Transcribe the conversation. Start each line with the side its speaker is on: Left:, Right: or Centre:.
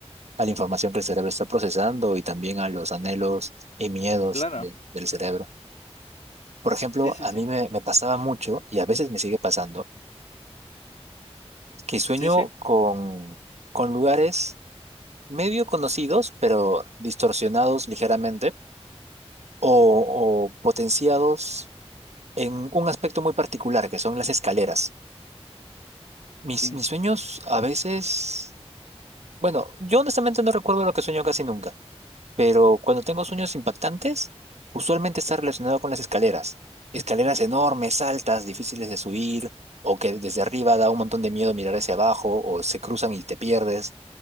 Right: a la información que el cerebro está procesando y también a los anhelos y miedos
Left: Claro.
Right: de- del cerebro. Por ejemplo,
Left: Sí, sí,
Right: a
Left: sí.
Right: mí me, me pasaba mucho, y a veces me sigue pasando, que sueño
Left: Sí, sí.
Right: con, con lugares medio conocidos, pero distorsionados ligeramente, o, o potenciados en un aspecto muy particular, que son las escaleras. Mis,
Left: Sí,
Right: mis sueños a veces Bueno, yo honestamente no recuerdo lo que sueño casi nunca, pero cuando tengo sueños impactantes, usualmente está relacionado con las escaleras. Escaleras enormes, altas, difíciles de subir, o que desde arriba da un montón de miedo mirar hacia abajo, o se cruzan y te pierdes.